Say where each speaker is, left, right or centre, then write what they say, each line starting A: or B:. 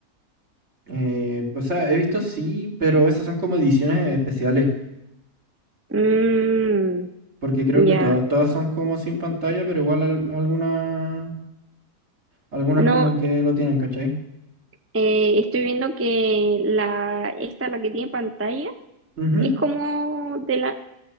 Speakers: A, on the right (about 45°); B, on the right (about 20°).
A: Eh, o sea, he visto sí, pero esas son como ediciones especiales,
B: Mmm,
A: porque creo que
B: ya.
A: toda- todas son como sin pantalla, pero igual al- algunas, algunas
B: No,
A: como que lo tienen, ¿cachai?
B: Eh, estoy viendo que la, esta, la que tiene pantalla,
A: Ujú.
B: es como de la,